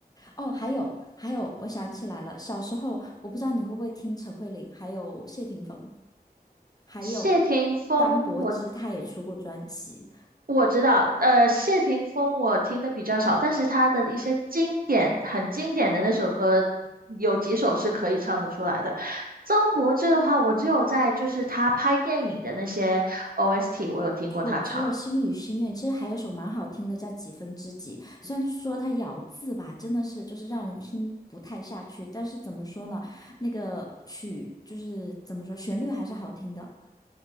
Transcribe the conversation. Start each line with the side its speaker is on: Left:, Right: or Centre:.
Left: 哦，还有还有，我想起来了，小时候我不知道你会不会听陈慧琳，还有谢霆锋，还有
Right: 谢霆锋我，
Left: 张柏芝，她也出过专辑。
Right: 我知道，呃，谢霆锋我听的比较少，但是他的一些经典、很经典的那首歌，有几首是可以唱得出来的。张柏芝的话，我只有在就是他拍电影的那些 OST，我有听过他唱。
Left: 除除了心语心愿》，其实还有首蛮好听的叫《几分之几》，虽然说它咬字吧，真的是就是让人听不太下去，但是怎么说呢，那个曲就是怎么说，旋律还是好听的。